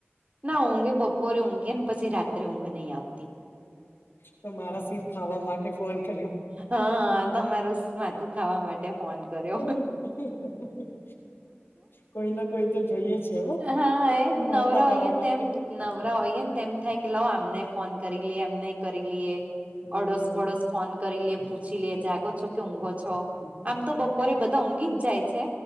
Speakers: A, on the right (about 35°); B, on the left (about 60°).
A: ના ઊંઘે બપોરે ઊઘીન પછી રાત્રે ઊંઘ નહીં આવ
B: તો મારા શિર ખાવા માટે ફોન કર્યો
A: હા તમાર ઉસ્માત તું ખાવા માટે ફોન કર્યો
B: હમ કોઈ ના કોઈ તો જોઈએે છે,
A: હા એ
B: માતા
A: નવરા
B: ખાવા
A: હોઈએ ને
B: માટે
A: તેમ નવરા હોઈએ ન તેમ થાય કે લાવ આમને ફોન કરી લઈએ એમને કરી લઈએ
B: હમ
A: અડસ પડસ ફોન કરી લે પૂછી લે જાગો છો કે ઊંઘો છો
B: હમ
A: આમ તો બ પરે બધા ઊંઘી જ જાય છે,